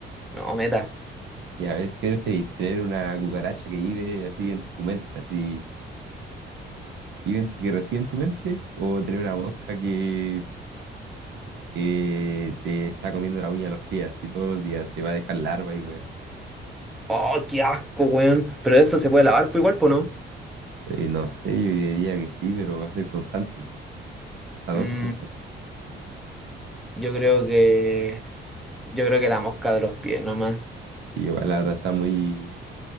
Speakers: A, in the centre; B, on the right.
A: No, meta.
B: Y a ver, ¿qué preferís? ¿Tener una cucaracha que vive así en tu mente, así, vive en- que reside en tu mente? ¿O tener una mosca que, que te está comiendo la uña de los pies, así todos los días? Te va a dejar larva y weá.
A: Oh, qué asco, weón. Pero eso se puede lavar, pues igual, pues no.
B: Eh, no sé, yo diría que sí, pero va a ser constante. po. Las
A: Mm,
B: dos son constantes.
A: yo creo que, yo creo que la mosca de los pies, nomás.
B: Y igual la otra está muy,